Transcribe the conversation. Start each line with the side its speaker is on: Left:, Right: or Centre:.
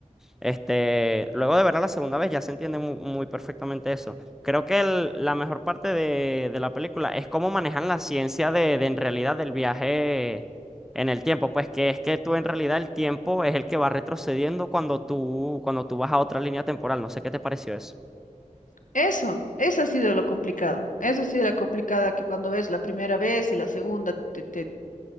Centre: Este, luego de verla la segunda vez ya se entiende muy, muy perfectamente eso. Creo que el- la mejor parte de, de la película es cómo manejan la ciencia de, de en realidad del viaje en el tiempo. Pues que es que tú en realidad el tiempo es el que va retrocediendo cuando tú, cuando tú vas a otra línea temporal. No sé qué te pareció eso.
Left: Eso, eso ha sido lo complicado. Eso ha sido la complicada que cuando ves la primera vez y la segunda, te, te...